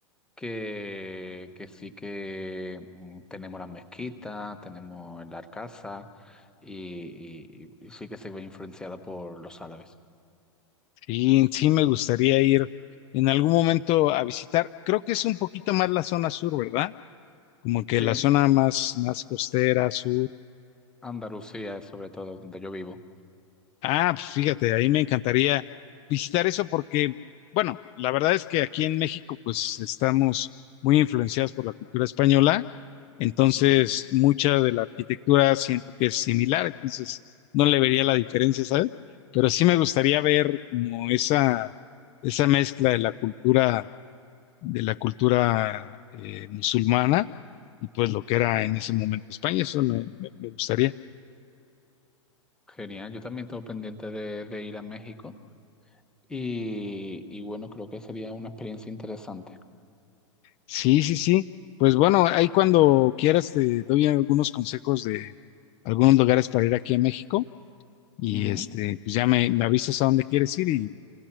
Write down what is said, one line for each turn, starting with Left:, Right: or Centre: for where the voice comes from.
Centre: que, que sí que mm, tenemos las mezquitas tenemos la arcasa y, y- y sí que se ve influenciada por los árabes.
Left: Y sí me gustaría ir en algún momento a visitar. Creo que es un poquito más la zona sur, ¿verdad? Como que
Centre: Sí,
Left: la zona más, más costera, sur.
Centre: Andalucía es sobre todo donde yo vivo.
Left: Ah, pues fíjate, ahí me encantaría visitar eso porque, bueno, la verdad es que aquí en México pues estamos muy influenciados por la cultura española, entonces
Centre: Ujú,
Left: mucha de la arquitectura siento que es similar, entonces no le vería la diferencia, ¿sabes? Pero sí me gustaría ver como esa, esa mezcla de la cultura, de la cultura eh, musulmana y pues lo que era
Centre: sí. Ujú.
Left: en ese momento España, eso me me- me gustaría.
Centre: Genial, yo también tengo pendiente de, de ir a México y, y bueno, creo que sería una experiencia interesante.
Left: Sí, sí, sí. Pues bueno, ahí cuando quieras te doy algunos consejos de algunos lugares para ir aquí a México y
Centre: Ujú.
Left: este, pues ya me, me avisas a dónde quieres ir y,